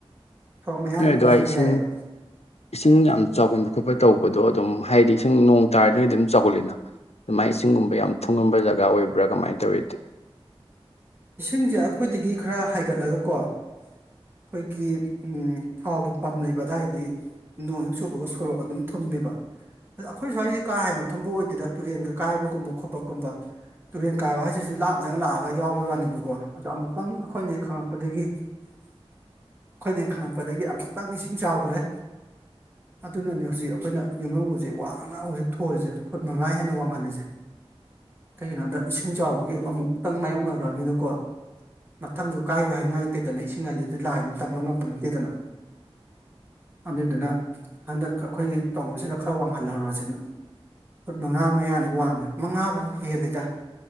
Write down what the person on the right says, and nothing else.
ꯁꯣꯔꯣꯛ ꯃꯌꯥꯅꯤ
ꯑꯗꯨꯝ ꯍꯥꯏꯕ
ꯌꯥꯏꯑꯕ
ꯏꯁꯤꯡꯁꯦ ꯑꯩꯈꯣꯏꯗꯒꯤ ꯈꯔ ꯍꯥꯏꯒꯠꯂꯒꯀꯣ ꯑꯩꯈꯣꯏꯒꯤ ꯊꯥꯎꯒꯤ ꯄꯝ ꯂꯩꯕ ꯑꯗꯨꯋꯥꯏꯗꯗꯤ ꯅꯣꯡ ꯍꯨꯛ ꯆꯨꯕꯒ ꯁꯣꯔꯣꯛ ꯑꯗꯨꯝ ꯊꯨꯝꯃꯦꯕ ꯑꯗ ꯑꯩꯈꯣꯏ ꯁ꯭ꯋꯥꯏꯁꯦ ꯀꯥ ꯍꯦꯟꯅ ꯊꯨꯝꯕ ꯑꯣꯏꯗꯦꯗ ꯇꯨꯔꯦꯜꯒ ꯀꯥꯏꯕꯒꯨꯝꯕ ꯈꯣꯠꯄꯒꯨꯝꯕ ꯇꯨꯔꯦꯟ ꯀꯥꯏꯕ ꯍꯥꯏꯁꯤꯁꯨ ꯂꯥꯞꯅꯒ ꯂꯥꯛꯑꯒ ꯌꯥꯎꯕ ꯑꯩꯈꯣꯏ ꯋꯥꯅꯤꯕꯀꯣ ꯑꯗꯣ ꯑꯃꯨꯛꯇꯪ ꯑꯩꯈꯣꯏꯅ ꯍꯦꯛ ꯈꯪꯉꯛꯄꯗꯒꯤ ꯑꯩꯈꯣꯏꯅ ꯍꯦꯛ ꯈꯪꯉꯛꯄꯗꯒꯤ ꯑꯃꯨꯛꯇꯪ ꯏꯁꯤꯡ ꯆꯥꯎꯈ꯭ꯔꯦ ꯑꯗꯨꯅꯅꯦ ꯍꯧꯖꯤꯛ ꯑꯩꯈꯣꯏꯅ ꯌꯨꯝꯐꯝꯪꯁꯦ ꯋꯥꯡꯅ ꯍꯧꯖꯤꯛ ꯊꯣꯜꯂꯤꯁꯦ ꯐꯨꯠ ꯃꯉꯥ ꯍꯦꯟꯅ ꯋꯥꯡꯍꯜꯂꯤꯁꯦ ꯀꯩꯒꯤꯅꯣꯗ ꯏꯁꯤꯡ ꯆꯥꯎꯕꯒꯤ ꯑꯃꯨꯛꯇꯪ ꯃꯥꯥꯏꯌꯣꯛꯅ ꯎꯧꯃꯤꯅꯀꯣ ꯃꯊꯪꯁꯨ ꯀꯥꯏꯌꯨ ꯍꯥꯏꯉꯥꯏꯇꯦꯗꯅ ꯏꯁꯤꯡ ꯍꯥꯏꯁꯤꯗꯤ ꯂꯥꯏꯅ ꯇꯝꯕ ꯉꯝꯕ ꯅꯠꯇꯦꯗꯅ ꯑꯗꯨꯗꯨꯅ ꯍꯟꯗꯛ ꯑꯩꯈꯣꯏꯒꯤ ꯇꯧꯕꯁꯤꯅ ꯈꯔ ꯋꯥꯡꯍꯜꯍꯧꯔꯨꯔꯁꯤꯅ ꯐꯨꯠ ꯃꯉꯥ ꯃꯌꯥꯅꯤ ꯋꯥꯡꯉꯤꯦ ꯃꯉꯥꯐꯥꯎ ꯍꯦꯜꯂꯤꯗ